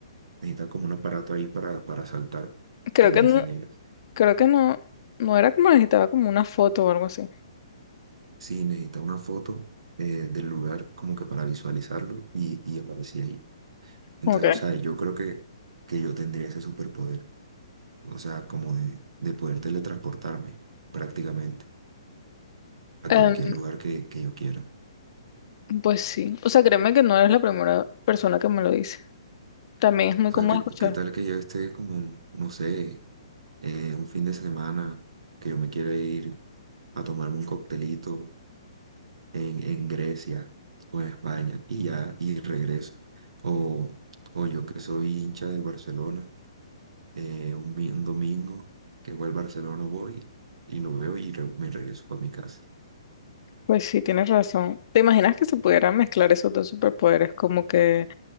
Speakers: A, on the right; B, on the left.
A: Necesita como un aparato ahí para, para saltar,
B: Creo
A: que le
B: que
A: dicen
B: no,
A: ellos.
B: creo que no, no era como necesitaba como una foto o algo así.
A: Sí, necesita una foto eh, del lugar como que para visualizarlo y, y aparecía ahí. Entonces,
B: Ok.
A: o sea, yo creo que, que yo tendría ese superpoder. O sea, como de, de poder teletransportarme prácticamente a
B: Em,
A: cualquier lugar que, que yo quiera.
B: pues sí. O sea, créeme que no eres la primera persona que me lo dice. También es muy
A: O sea,
B: cómodo
A: ¿qué,
B: escuchar.
A: qué tal que yo esté como, un- no sé, eh, un fin de semana que yo me quiera ir a tomarme un coctelito en, en Grecia o en España y ya, y regreso. O, o yo que soy hincha del Barcelona, eh, un, mi- un domingo que voy al Barcelona voy y lo veo y re- me regreso para mi casa.
B: Pues sí, tienes razón. ¿Te imaginas que se pudieran mezclar esos dos superpoderes? Como que